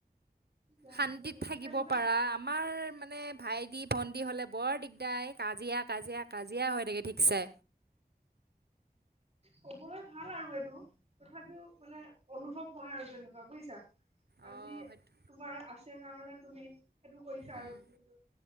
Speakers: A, on the right; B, on the right.
A: জানো
B: শান্তিত থাকিব
A: তেনেকুৱা
B: পাৰা আমাৰ মানে। ভাইটি ভণ্টি হ'লে বৰ দিগদাই কাজিয়া কাজিয়া কাজিয়া হৈ থাকে ঠিক। ছে।
A: ক'বলৈ ভাল আৰু এইটো তথাপিও মানে অনুভৱ হয় আৰু তেনেকুৱা বুইছা।
B: অঁ
A: আজি
B: সেইটো
A: তোমাৰ আছে কাৰণে তুমি। সেইটো কৰিছা
B: উম
A: আৰু তুমি সেইটো